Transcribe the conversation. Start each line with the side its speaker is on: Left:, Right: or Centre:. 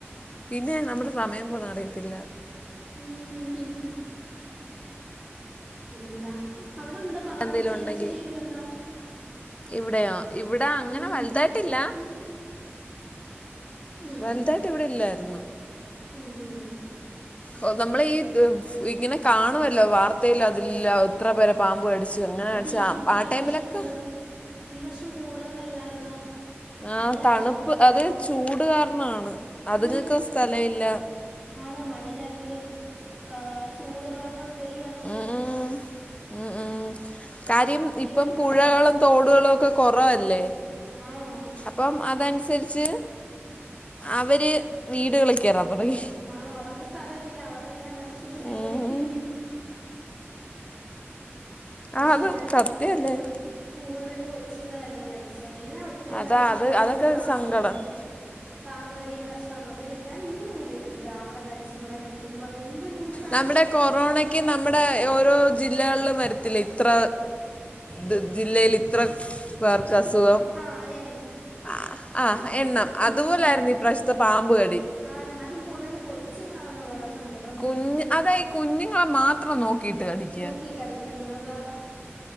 Left: പിന്നെ നമ്മുടെ സമയം പോനത് അറിയത്തില്ല
Right: ഉഉം പിന്നെന്താ അവിടെ ഉണ്ടോ പാമ്പും
Left: എന്തെങ്കിലും
Right: ചേരശല്യൊക്കെ
Left: ഉണ്ടെങ്കിൽ
Right: ഉണ്ടോ
Left: ഇവിടെയോ ഇവിടെ അങ്ങനെ
Right: ഉം
Left: വലുതായിട്ടില്ല
Right: ഉം ഉം
Left: വലുതായിട്ട് ഇവിടെ ഇല്ലായിരുന്നു
Right: ഉം ഉം ഉ
Left: ഓ നമ്മള ഈ ഇങ്ങനെ കാണുമല്ലോ വാർത്തയിൽ അതില്ല എത്ര പേരെ പാമ്പ് കടിച്ചു അങ്ങനെ
Right: അത്
Left: ക ടിച്ചു
Right: ഈ
Left: ആ ആ
Right: ഈ
Left: ടൈമിലൊക്കെ
Right: വർഷം കൂട് ഈ വർഷം കൂടുതലല്ലായിരുന്നോ
Left: ആഹ്
Right: എല്ലാ
Left: തണുപ്പ്
Right: വർഷത്തേക്കാളും
Left: അത് ചൂട് കാരണമാണ് അത്ങ്ങൾക്കും
Right: ഉം
Left: സ്ഥലം ഇല്ല
Right: ആണ് മണ്ണിനടിയിലും ഏ് ചൂട് കാരണം വെളിയിൽ വന്നായിരിക്കും
Left: ഉം ഉം. ഉം ഉം കാര്യം ഇപ്പൊ
Right: വട്ടം
Left: പുഴകളും
Right: മരിച്ച്
Left: തോടുകളും ഒക്കെ കുറവല്ലേ
Right: മ്മ് മ്മ്
Left: അപ്പൊ അതനുസരിച്ച് അവർ വീടുകളി ൽ കയറാൻ തുടങ്ങി
Right: ആഹ് അവർക്ക് സ്ഥലമില്ല അവരെയെല്ലാം മനഷ രു കയടയില്ലേ
Left: ഉം.
Right: പക്ഷെ
Left: ആ അത്
Right: എന്നാലും
Left: സത്യമല്ലേ
Right: കൂടുതല് കൂടുതലും കൊച്ചുങ്ങളല്ലയോ മരിചേ എല്ലാ വട്ടത്തേക്കാളിലും
Left: അതാ അത്
Right: കൂടുതലും
Left: അതൊക്കെ
Right: പാബ്
Left: ഒരു സങ്കടം
Right: കടി പാബ് കടി ഈ വർഷമാണെന്ന് തോന്നുന്നു ലെ ഞാൻ ഇങ്ങനെ അങ്ങ് കേട്ടി തല്ലാ അവിടെ കടിച്ച് ഇവിടെ കടിച്ചെന്നും പറഞ്ഞ് എന്ത് <unintelligible>
Left: നമ്മുടെ കൊറോണക്ക് നമ്മുടെ ഓരോ ജില്ലകളിലും വരത്തില്ലേ ഇത്ര ത് ജില്ലയിൽ ഇത്ര പേർക്ക് അസുഖം.
Right: ആഹ് എണ്ണം.
Left: ആഹ് ആഹ് എണ്ണം
Right: ഉം
Left: അതുപോലായിരുന്നു
Right: ഉം
Left: ഇപ്രാവശ്യത്തെ പാമ്പ് കടി.
Right: ആണ് അതും കൂടുതലും കൊച്ചുങ്ങളാണെന്നുള്ളതാ സങ്കടം.
Left: കുഞ്ഞ് അതാ ഈ കുഞ്ഞുങ്ങളെ മാത്രം നോക്കിയിട്ട് കടിക്കുക
Right: നോക്കി കടിക്കുന്നതാ.